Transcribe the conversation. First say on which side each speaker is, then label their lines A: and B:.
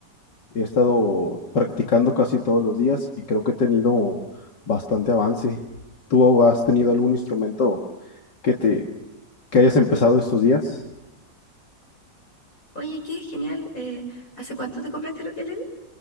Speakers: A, on the left; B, on the left.
A: He estado practicando casi todos los días y creo que he tenido bastante avance. ¿Tú has tenido algún instrumento que te que hayas empezado estos días?
B: oye, qué genial. eh, ¿hace cuánto te compraste lo que le